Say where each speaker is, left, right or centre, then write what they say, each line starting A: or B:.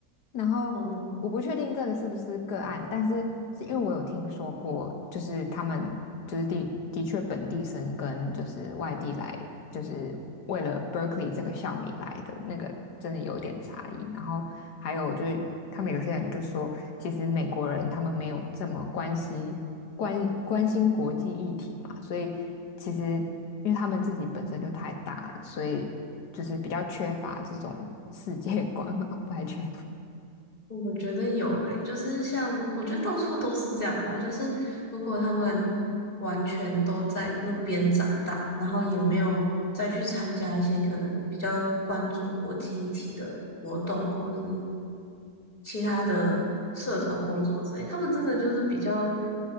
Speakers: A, on the left (about 80°); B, on the left (about 35°).
A: 然后我不确定这个是不是个案，
B: <laughs> 哦，
A: 但是是因为我有听说过，就是他们就是的的确本地生跟就是外地来，就是为了 Berkeley 这个校名来的那个真的有一点差异。然后还有就是他们有些人就说，其实美国人他们没有这么关心关关心国际议题嘛，所以其实因为他们自己本身就太大了，所以就是比较缺乏这种世界观嘛，我不太确
B: 我觉得有诶、就是像我觉得到处都是这样吧，就是如果他们完全都在那边长大，然后也没有再去参加一些可能比较关注国际议题的活动，或者是其他的社团工作之类，他们真的就是比较，